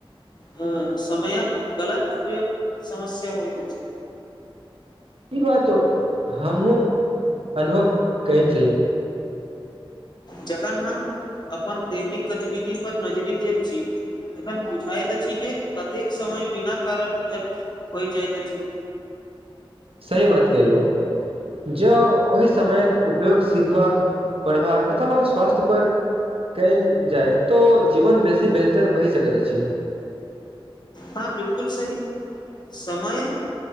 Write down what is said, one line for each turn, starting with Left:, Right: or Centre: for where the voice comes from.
Left: अ समयक गलत उपयोग समस्या होइत अछि
Right: ई बात हमहुँ अनुभव कैन छी
Left: जखन हम अपन दैनिक गतिविधि पर नजरी दैत छी तखन बुझाइत अछि जे कतेक समय बिना कारण व्यर्थ होइ जाइत अछि
Right: सही बात कहलू हो जँ ओहि समयक उपयोग सिखबाक पढ़बाक अथवा स्वास्थ्य पर क‌एल जाय तो जीवन बेसी बेहतर भहि सकैत अछि
Left: हँ बिल्कुल सही समय